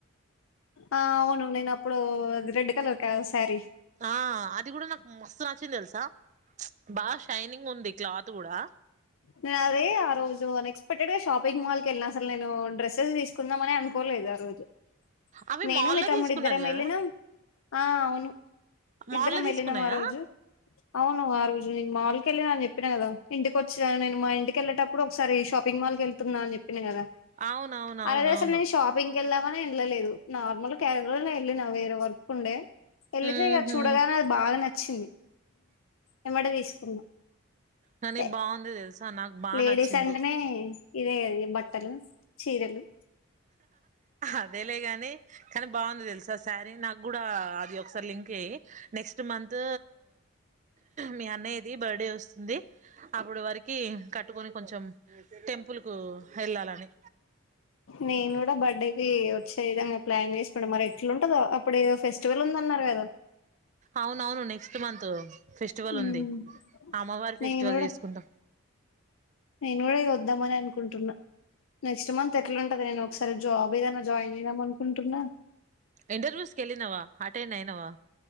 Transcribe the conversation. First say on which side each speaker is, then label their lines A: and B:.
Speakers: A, on the left (about 70°); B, on the right (about 35°).
A: ఆ అవును నేను అప్పుడు అది రెడ్ కలర్ శారీ
B: ఆ అది కూడా నాకు మస్తు నచ్చింది తెలుసా బాగా షైనింగ్ ఉంది క్లాత్ కూడా
A: నేను అది ఆ రోజు అనెక్స్ పెక్టెడ్ గా నేను షాపింగ్ మాల్ కి వెళ్లిన అసలు నేను డ్రస్సెస్ తీసుకుందామనే అనుకోలేదు ఆ రోజు
B: అవి
A: నేను
B: మాల్లో
A: మీ తమ్ముడు
B: తీసుకున్నది
A: ఇద్దరం
B: కదా
A: ఎల్లినం ఆ అవును
B: మాల్లో
A: ఇద్దరం వెళ్ళినాం
B: తీసుకున్నాయా
A: ఆ రోజు అవును ఆ రోజు నేను మాల్ కెల్లినా అని చెప్పినా కదా ఇంటికి వచ్చినా నే మా ఇంటికి వెళ్ళటప్పుడు ఒకసారి షాపింగ్ మాల్ కి వెళ్తున్నా అని చెప్పి కద
B: అవునవునవునవును
A: ఆ రోజు అసల్ నేను షాపింగ్ వెల్దామని వెళ్ళలేదు నార్మల్ క్యాసల్ గా వెళ్ళినా వేరే వర్క్ ఉండే వెళ్ళితే
B: ఉహు
A: ఇగ చూడగానే అది బాగా నచ్చింది ఏమ్మటే తీసుకున్నా
B: కానీ
A: ఎ
B: బాగుంది తెలుసా నాకు బాగా
A: లేడీస్
B: నచ్చింది
A: అంటనే ఇదే గద ఇగ బట్టలు చీరలు
B: అదే లే గాని కానీ బాగుంది తెలుసా సారీ నాకు కూడా అది ఒకసారి లింక్ యెయ్యి నెక్స్ట్ మంత్ మీ అన్నయ్య ది ది బర్త్డే వస్తుంది అప్పుడు వరికి కట్టుకొని కొంచెం టెంపుల్ కు వెళ్ళాలని
A: నేను కూడా బర్త్డే కి వచ్చే విధంగా ప్లాన్ చేసుకుంట మరి ఎట్లుంటదో అప్పుడు ఏదో ఫెస్టివల్ ఉందన్న నరు కదో
B: అవునవును నెక్స్ట్ ట్ మంతు ఫెస్టివల్
A: మ్మ్
B: ఉంది అమ్మవారి ఫెస్టివల్
A: నేను కూడా
B: చేసుకుందాం
A: నేను కూడా ఇగ వద్దామని అనుకుంటున్నా నెక్స్ట్ మంత్ ఎట్లుంటదో నేను ఒకసారి జాబ్ వేదనా జాయిదాం అనుకుంటున్న
B: ఇంటర్వ్యూస్ కేలినవా అటెండ్ ఐనవా